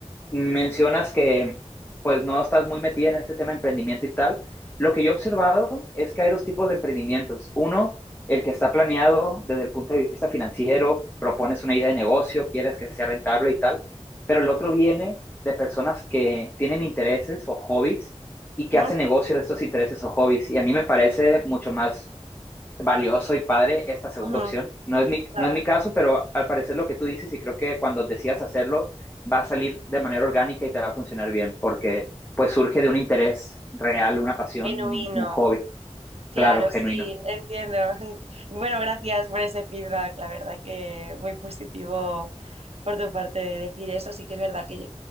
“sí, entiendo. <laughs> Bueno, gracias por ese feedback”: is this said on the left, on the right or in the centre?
Right